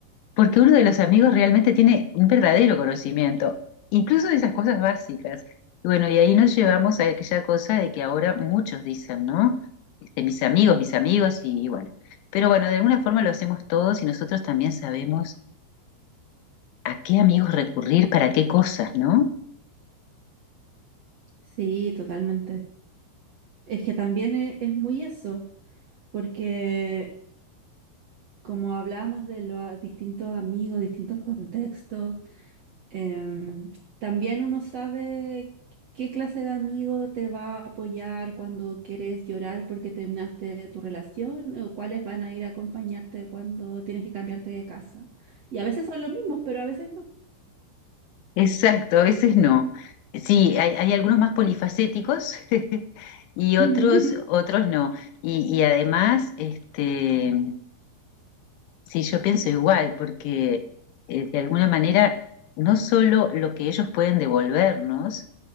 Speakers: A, on the left; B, on the right.
A: porque uno de los amigos realmente tiene un verdadero conocimiento, incluso de esas cosas básicas. Y bueno, y ahí nos llevamos a aquella cosa de que ahora muchos dicen, ¿no? Este, mis amigos, mis amigos, y, y bueno. Pero bueno, de alguna forma lo hacemos todos y nosotros también sabemos a qué amigos recurrir para qué cosas, ¿no?
B: Sí, totalmente. Es que también e- es, muy eso, porque como hablábamos de los distintos amigos, distintos contextos, em, también uno sabe qué clase de amigo te va a apoyar cuando quieres llorar porque terminaste tu relación o cuáles van a ir a acompañarte cuando tienes que cambiarte de casa. Y a veces son los mismos, pero a veces no.
A: Exacto, a veces no. Sí, hay, hay algunos más polifacéticos <laughs> y otros,
B: <laughs>
A: otros no. Y, y además, este, Sí, yo pienso igual, porque eh, de alguna manera no solo lo que ellos pueden devolvernos,